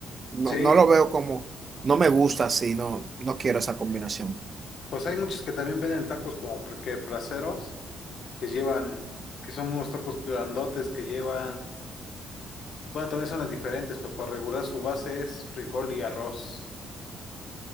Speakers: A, on the right; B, on the left.
A: no,
B: Sí,
A: no lo veo como, no me gusta, sí, no, no quiero esa combinación.
B: pues hay muchos que también venden tacos como pr- que placeros, que llevan, que son unos tacos grandotes que llevan, bueno, también son diferentes, pero por regular su base es frijol y arroz.